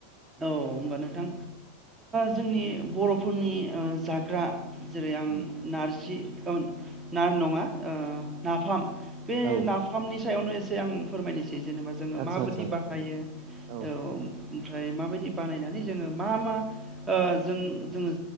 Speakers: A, on the right; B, on the right.
A: औ होमबा नोंथां जोंनि बर'फोरनि जाग्रा जेरै आं
B: उम
A: नारजि ना नङा नाफाम बे
B: औ
A: नाफामनि सायावनो एसे आं फोरमायनोसै। जेनेबा जो
B: आदसा
A: माय
B: आदसा नोंथां
A: बाहायो
B: दे औ
A: औ माबाय बानायनानै जोंङो मा मा जों जोंङो